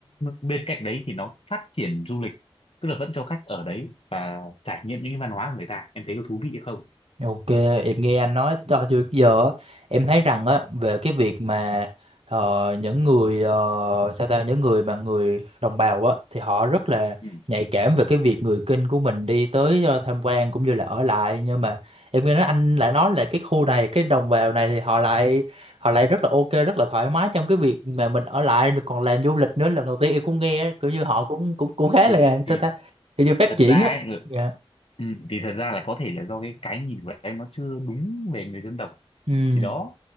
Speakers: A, on the left (about 70°); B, on the right (about 80°).
A: bên cạnh đấy thì nó phát triển du lịch tức là vẫn cho khách ở đấy và trải nghiệm những cái văn hóa của người ta em thấy có thú vị không
B: Ok, em nghe anh nói cho tới giờ á, em thấy rằng á về cái việc mà ờ, những người ờ, sao ta những người mà người đồng bào á thì họ rất là
A: ừ.
B: nhạy cảm về cái việc người Kinh của mình đi tới ờ, tham quan cũng như là ở lại nhưng mà em nghe nói anh lại nói là cái khu này cái đồng bào này thì họ lại họ lại rất là ok rất là thoải mái trong cái việc mà mình ở lại được còn làm du lịch nữa lần đầu tiên em cũng nghe á, kiểu như họ cũng cũng cũng khá
A: thì
B: là
A: thì
B: sao ta kiểu như phát
A: thật
B: triển
A: ra
B: á
A: ấy,
B: dạ
A: Ừ, thì thật ra là có thể là do cái cái nhìn của em nó chưa đúng về người dân tộc
B: ừ
A: thì đó